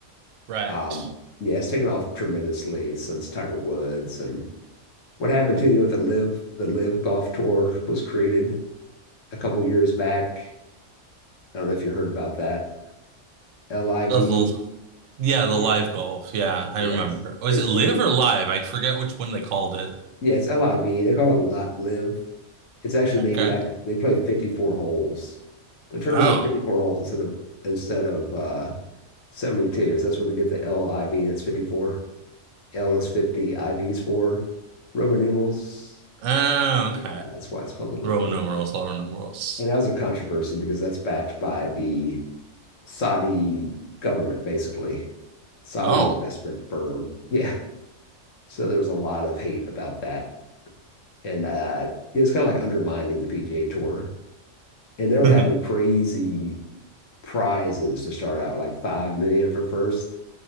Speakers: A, on the right; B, on the left.
A: right.
B: Um, yeah, it's taken off tremendously since Tiger Woods and what happened to you with the live the live golf tour was created a couple years back. I don't know if you heard about that. L I V.
A: Uh, the, yeah, the
B: Yeah,
A: live golf. Yeah, I
B: yeah.
A: remember.
B: It's
A: Oh, is
B: it's
A: it live
B: named
A: or live? I forget which one they called it.
B: Yeah, it's LIV. They call it Lot Live. It's actually
A: Okay.
B: named after they play 54 holes. The tournaments
A: Oh.
B: are 54 holes instead of instead of uh 72. So that's when they get the LIV. That's 54. L is 50, IV is 4. Roman numerals.
A: Oh, okay.
B: Yeah, that's why it's called the Live
A: Roman
B: Tour.
A: numerals, Roman numerals.
B: And that was a controversy because that's backed by the Saudi government, basically. Saudi
A: Oh.
B: investment firm. Yeah. So there's a lot of hate about that. and uh, it's kind of like undermining the PGA Tour. And they were
A: <laughs>
B: having crazy prizes to start out, like five million for first.